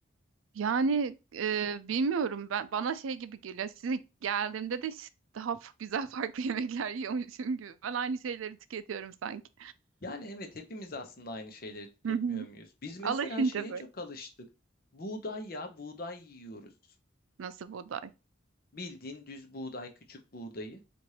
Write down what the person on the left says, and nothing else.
Yani evet hepimiz aslında aynı şeyleri tüketmiyor
muyuz? Biz mesela
şeye
çok alıştık. Buğday ya, buğday yiyoruz.
Bildiğin düz buğday, küçük buğdayı.